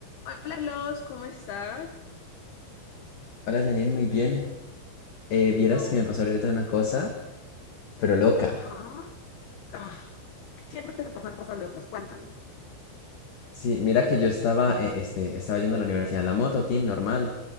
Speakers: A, on the left; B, on the left.
A: Hola Carlos, ¿cómo estás?
B: Hola Janine, muy bien. Eh, vieras
A: No.
B: que me pasó ahorita una cosa, pero loca.
A: Ajá. Ah, siempre te pasan cosas locas, cuéntame.
B: Sí, mira que yo estaba, eh, este, estaba yendo a la universidad en la moto, tin, normal.